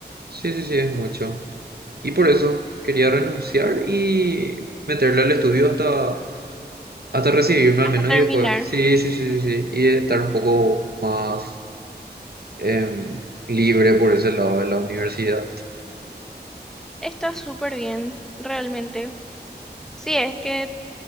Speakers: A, on the right; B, in the centre.
A: Sí, sí, sí, es mucho. Y por eso quería renunciar y meterle al estudio hasta hasta recibirme
B: Hasta
A: al menos
B: terminar.
A: y después, sí, sí, sí, sí, sí, y estar un poco más em, libre por ese lado de la universidad.
B: Está súper bien, realmente. Sí, es que